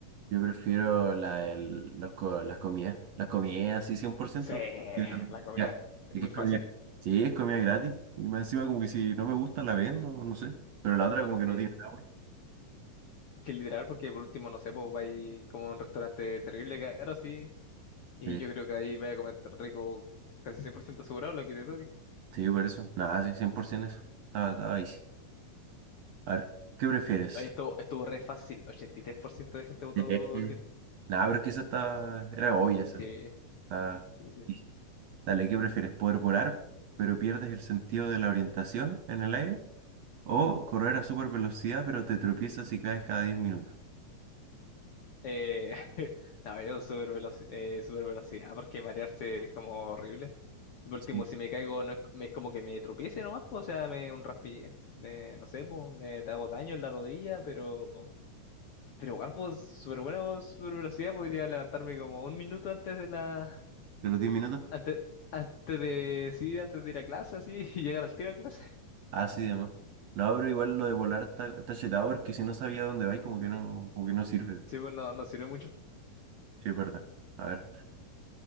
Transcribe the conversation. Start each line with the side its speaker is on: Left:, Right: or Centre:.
Right: Yo prefiero la, del- los co- las comidas. Las comidas, sí, 100%.
Left: Sí,
Right: Sí,
Left: la comida.
Right: ya.
Left: Es
Right: Es
Left: muy
Right: que es
Left: fácil.
Right: comida. Sí, es comida gratis. Y más encima, como que si no me gusta, la vendo, no sé. Pero la otra, como que
Left: Sí.
Right: no tiene nada. bueno.
Left: Es que literal, porque por último, no sé, pues vais como a un restaurante terrible caro, sí. Y
Right: Sí,
Left: yo creo que ahí vais a comer rico casi 100% asegurado lo que te toque.
Right: sí, por eso. Nada, sí, 100% eso. Estaba, estaba easy. A ver, ¿qué prefieres?
Left: Oye, Estuvo, estuvo re fácil. ochenta y tres por ciento de gente votó
Right: Eh,
Left: igual que tú.
Right: Nada, pero es que esa está. Era obvia esa.
Left: Sí,
Right: Está
Left: sí, sí.
Right: easy. Dale, ¿qué prefieres? ¿Poder volar, pero pierdes el sentido de la orientación en el aire? ¿O correr a super velocidad, pero te tropiezas y caes cada 10 minutos?
Left: Eh, <laughs> no, yo super velocidad porque marearse es como horrible. Por último,
Right: Sí.
Left: si me caigo, no es, me- es como que me tropiece nomás, po, o sea, me un raspi, me- no sé, po, me hago daño en la rodilla, pero, pero igual, pues, súper bueno, super velocidad, podría levantarme como un minuto antes de la,
Right: ¿De los 10 minutos?
Left: antes, antes de, sí, antes de ir a clase, así, <laughs> y llegar al tiro a clase.
Right: Ah, sí, demás. No, pero igual lo de volar está, está chetado porque si no sabía dónde vais, como que no, como que no sirve.
Left: Sí, pues, no, no sirve mucho.
Right: Sí, es verdad. A ver,